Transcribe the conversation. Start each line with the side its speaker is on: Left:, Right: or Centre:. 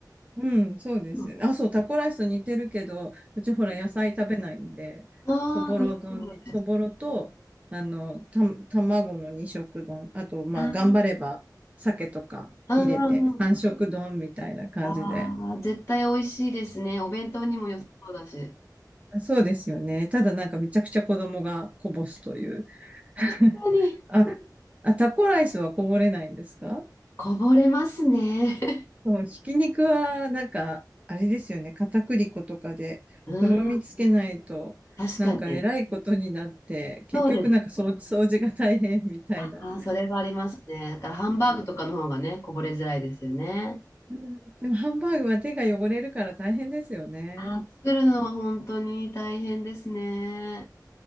Right: うん、そうですよね。
Left: うん。
Right: あ、そう、タコライスと似てるけど、うちほら野菜食べないんで、
Left: ああー、
Right: そぼろ丼に、
Left: ということで。
Right: そぼろと、あの、た、卵の二色丼、あと、まあ、
Left: あー
Right: 頑張れば、鮭とか入れて、
Left: あー、
Right: 三色丼みたいな感じで。
Left: あー絶対美味しいですね。お弁当にも良さそうだし。
Right: うん、そうですよね。ただなんかめちゃくちゃ子供がこぼすという。<laughs>
Left: 確かに。
Right: あ、あ、タコライスはこぼれないんですか
Left: こぼれますね。
Right: うん、ひき肉は、なんか、あれですよね。片栗粉とかで、
Left: <laughs> うん、
Right: とろみつけないと、
Left: 確かに。
Right: なんか、えらいことになって、結局、
Left: そうです。
Right: なんか掃、掃除が大変みたいな。
Left: ああ、それはありますね。だからハンバーグとかの方がね、
Right: ね
Left: こぼれづらいですよね。
Right: うん、でも、ハンバーグは手が汚れるから大変ですよね。
Left: あー、作るのは本当に大変ですね。